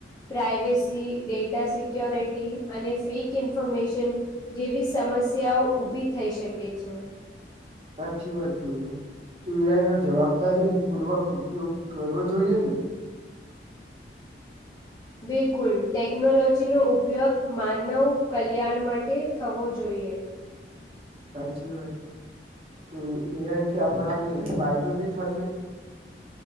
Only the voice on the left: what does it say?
પ્રાઇવેસી, ડેટા સિક્યોરિટી અને ફેક ઇન્ફોર્મેશન જેવી સમસ્યાઓ ઊભી થઈ શકે છે.
બિલકુલ. ટેકનોલોજીનો ઉપયોગ માનવ કલ્યાણ માટે થવો જોઈએ.
હમ.